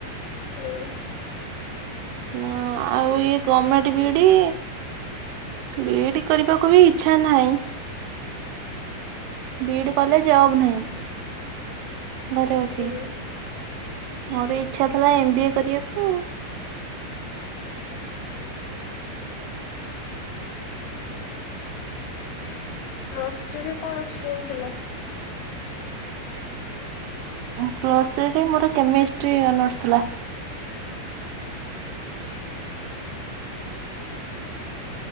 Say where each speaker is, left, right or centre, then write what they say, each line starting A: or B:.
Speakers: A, on the left; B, on the right.
A: ଏଁ
B: ନାଁ ଆଉ ଇଏ ଗମେଣ୍ଟ ବିଇଡ଼ି ବିଇଡି କରିବାକୁ ବି ଇଚ୍ଛା ନାଇଁ। ବିଇଡି କଲେ ଜବ ନାଇଁ। ଘରେ ବସି
A: ହୁଁ
B: ମୋର ଇଚ୍ଛା ଥେଲା ଏମ ବି ଏ କରିବାକୁ।
A: ପ୍ଲସ ଥ୍ରୀ ରେ କଣ ଷ୍ଟ୍ରିମ ଥିଲା?
B: ପ୍ଲସ ଥ୍ରୀ ରେ ମୋର କେମିଷ୍ଟ୍ରି ଅନର୍ସ ଥିଲା।